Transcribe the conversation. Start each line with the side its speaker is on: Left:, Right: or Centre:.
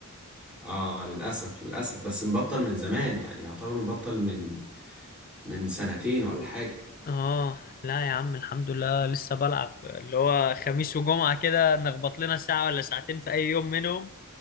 Centre: آه للأسف للأسف بس مبطل من زمان يعني يعتبر مبطل من من سنتين ولا حاجة
Left: اه لا يا عم الحمد لله لسه بلعب اللي هو خميس وجمعة كده نخبط لنا ساعة ولا ساعتين في اي يوم منهم